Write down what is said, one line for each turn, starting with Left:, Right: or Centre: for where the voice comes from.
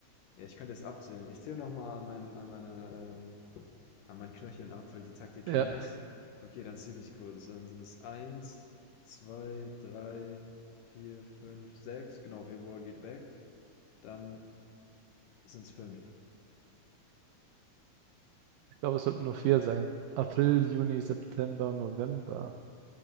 Left: ja, ich könnte jetzt abzählen. Ich zähle nochmal an, mein, an meiner ähm, an meinen Knöcheln ab, weil die Taktik
Right: Ja,
Left: kenne ich. Okay, dann zähle ich kurz. Dann sind es eins, zwei, drei, vier, fünf, sechs. Genau, Februar geht weg. Dann sind es 5.
Right: ich glaube, es sollten nur vier sein. April, Juni, September, November.